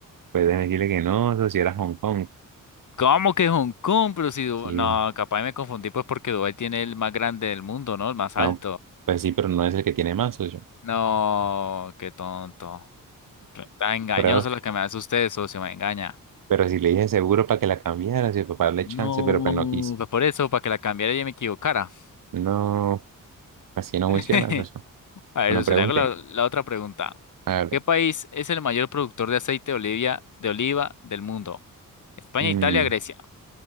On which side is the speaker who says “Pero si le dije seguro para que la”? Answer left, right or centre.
Right